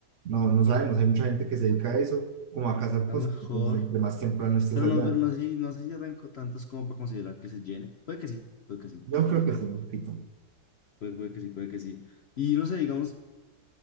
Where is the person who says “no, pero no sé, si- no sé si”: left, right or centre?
Left